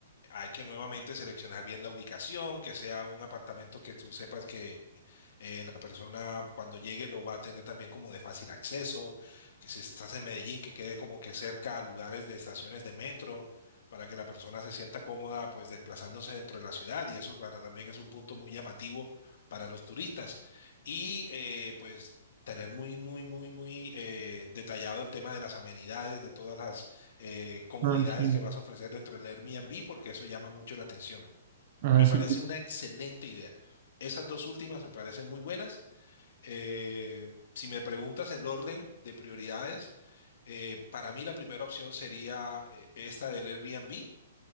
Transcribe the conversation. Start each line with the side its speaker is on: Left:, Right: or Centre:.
Left: Hay que nuevamente seleccionar bien la ubicación, que sea un apartamento que tú sepas que eh, la persona cuando llegue lo va a tener también como de fácil acceso, que si estás en Medellín, que quede como que cerca a lugares de estaciones de metro, para que la persona se sienta cómoda pues desplazándose dentro de la ciudad y eso para, también es un punto muy llamativo para los turistas. Y eh, pues tener muy, muy, muy, muy eh, detallado el tema de las amenidades, de todas las eh, comodidades
Right: Ah, sí.
Left: que vas a ofrecer dentro del Airbnb, porque eso llama mucho la atención.
Right: Ah,
Left: Me
Right: sí.
Left: parece una excelente idea. Esas dos últimas me parecen muy buenas. Eh, si me preguntas el orden de prioridades, eh, para mí la primera opción sería eh, esta del Airbnb,